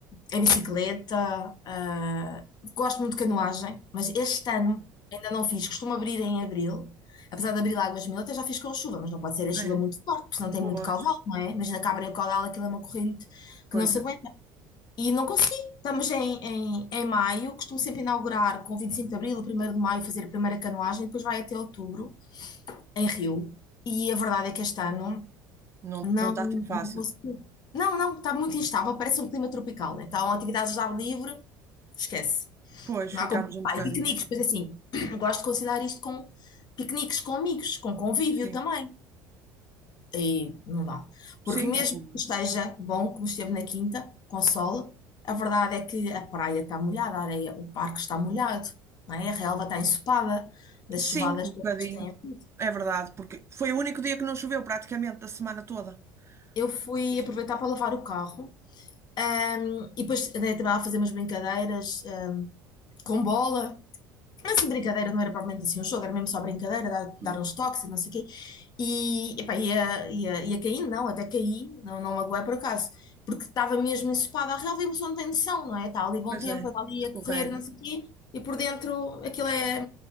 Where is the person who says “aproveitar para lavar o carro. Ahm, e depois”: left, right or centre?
Left